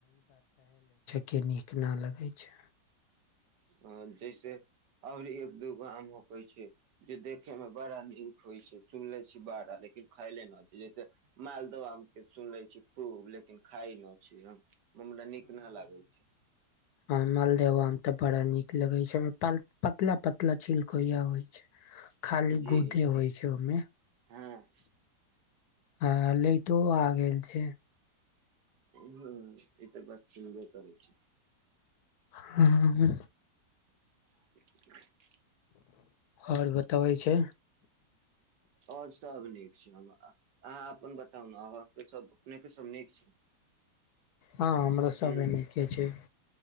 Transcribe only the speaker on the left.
के नीक न लगै छै
आ मालदेव आम त बड़ा नीक लगे छै पतला पतला छिलकोइया होय छै खाल ली
गूदे होइ छै ओयमे
आ लाइटो आ गेल छै
हँ
आओर बतबै छै
हँ हमरो सब
नीके छै